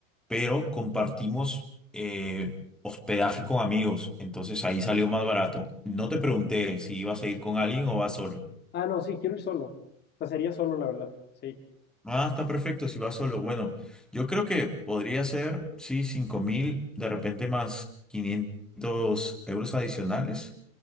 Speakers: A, in the centre; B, on the left (about 25°).
A: pero compartimos eh, hospedaje con amigos, entonces ahí salió más barato. No te pregunté si ibas a ir con alguien o vas solo.
B: Ah, no, sí, quiero ir solo. O sea, sería solo, la verdad, sí.
A: Ah, está perfecto, si vas solo. Bueno, yo creo que podría ser, sí, cinco mil, de repente más 500 euros adicionales.